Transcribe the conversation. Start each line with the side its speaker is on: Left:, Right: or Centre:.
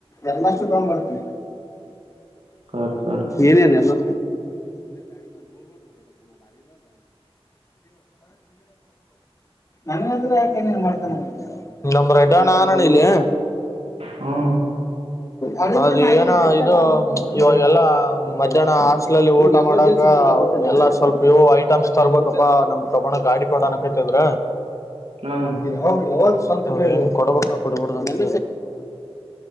Left: ಎಲ್ಲಾಸಗಂಧ್
Right: ಸರಿ ಸರಿ
Left: ಏನೇನುಎಲ್ಲಾ ನನಗಾದ್ರೆ ಯಾಕಿಂಗ್ ಮಾಡ್ತಾನ ನಂಬ್ರ ಟಾ ನಾನಣಲ್ಲ
Right: ಹ್ಞೂ
Left: ಅದು ಏನೂ ಇದು ್ಮ ಇವಾಗೆಲ್ಲಾ ಮಧ್ಯಾಹ್ನ ಹಾಸ್ಟ್ಲ ಅಲ್ಲಿ ಇವಗೆಲ್ಲ ಮಧ್ಯಾನ ಹಾಸ್ಟೆಲಅಲ್ಲಿಊಟ ಮಾಡಾಗ ಎಲ್ಲಾ ಸ್ವಲ್ಪ ಇವು ಐಟಮ್ಸ್ ತರ್ಬೇಕಪ್ಪಾ ನಮ್ ಪ್ರಮಾಣ ಗಾಡಿ ಕೊಡನಕೈತದ್ರ
Right: ಹಾಂ
Left: ಯಾವಾಗ ಎಸ್ಕೊಂಡೆ ಕೊಡಬೇಕಾ ಕೊಡ್ಬೇಡ್ವ ಅಂತ